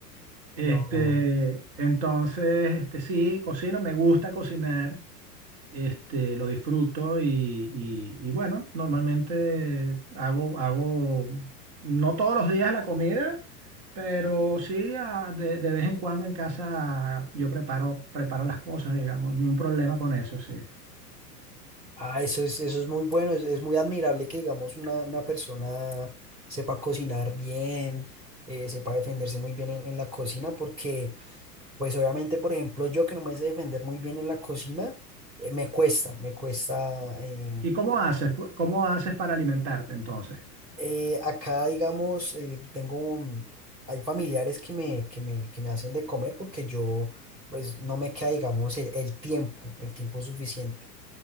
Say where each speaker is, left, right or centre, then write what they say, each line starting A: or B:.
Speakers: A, on the right; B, on the right.
A: <laughs>
B: Este,
A: no?
B: entonces, este, sí, cocino, me gusta cocinar. Este, lo disfruto y, y- y bueno, normalmente hago, hago, no todos los días la comida, pero sí ah, de, de vez en cuando en casa yo preparo, preparo las cosas, digamos, ni un problema con eso, sí.
A: Ah, eso es, eso es muy bueno, es, es muy admirable que digamos una, una persona sepa cocinar bien, eh, sepa defenderse muy bien en, en la cocina, porque pues obviamente, por ejemplo, yo que no me sé defender muy bien en la cocina, eh, me cuesta, me cuesta, eh,
B: ¿Y cómo haces? pu- ¿Cómo haces para alimentarte entonces?
A: Eh, acá, digamos, eh, tengo, un- hay familiares que me, que me, que me hacen de comer porque yo, pues, no me queda, digamos, el, el tiempo, el tiempo suficiente.